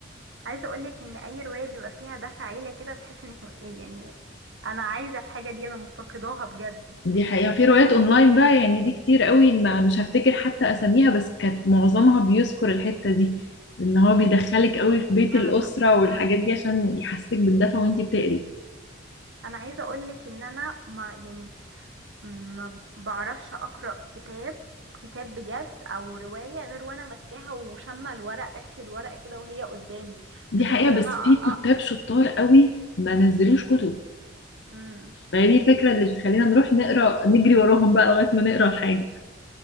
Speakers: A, on the right; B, on the left.
A: عايزه اقولك ان اي روايه بيبقى فيها دفع عيله كده بتحس انك م- إيه يعني انا عايزه الحاجه دي انا مفتقداها بجد
B: دي حقيقة في روايات اونلاين بقى يعني دي كتير قوي ما مش هفتكر حتى اساميها بس كانت معظمها بيذكر الحتة دي ان هو بيدخلك قوي في بيت
A: انا
B: الأسرة والحاجات
A: امم
B: دي عشان يحسسك بالدفى وانتي بتقري
A: انا عايزه اقولك ان انا ما يعني ما بعرفش اقرا كتاب كتاب بجد او روايه غير وانا ماسكاها وشامه الورق ريحه الورق كده وهي قدامي
B: دي
A: فكره
B: حقيقة
A: ان انا
B: بس في
A: أ...
B: كتاب
A: أ...
B: شطار قوي ما نزلوش كتب
A: مم.
B: فهي دي الفكرة اللي بتخلينا نروح نقرا نجري وراهم بقى لغاية ما نقرا الحاجة